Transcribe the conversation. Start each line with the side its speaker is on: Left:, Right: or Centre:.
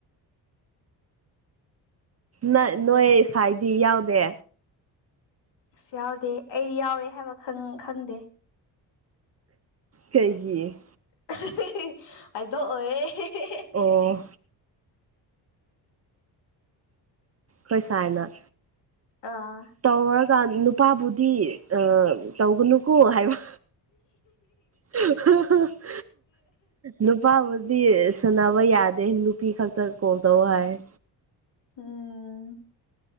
Right: ꯅ ꯅꯣꯏ ꯁꯥꯏꯗꯤ ꯌꯥꯎꯗꯦ
Left: ꯑꯁ ꯌꯥꯎꯗꯦ ꯑꯩ ꯌꯥꯎꯋꯦ ꯍꯥꯏꯕ ꯈꯪ ꯈꯪꯗꯦ
Right: ꯀꯩꯒꯤ
Left: ꯍꯥꯏꯗꯣꯛꯑꯣꯏꯌꯦ
Right: ꯑꯣ ꯈꯣꯏ ꯁꯥꯏꯅ
Left: ꯑꯥ
Right: ꯇꯧꯔ ꯀꯥꯟ ꯅꯨꯄꯥꯕꯨꯗꯤ ꯇꯧꯒꯅꯨꯀꯣ ꯍꯥꯏꯕ <unintelligible> ꯅꯨꯄꯥꯕꯨꯗꯤ ꯁꯥꯟꯅꯕ ꯌꯥꯗꯦ ꯅꯨꯄꯤ ꯈꯛꯇ ꯀꯣꯜ ꯇꯧ ꯍꯥꯏꯌꯦ
Left: ꯎꯝ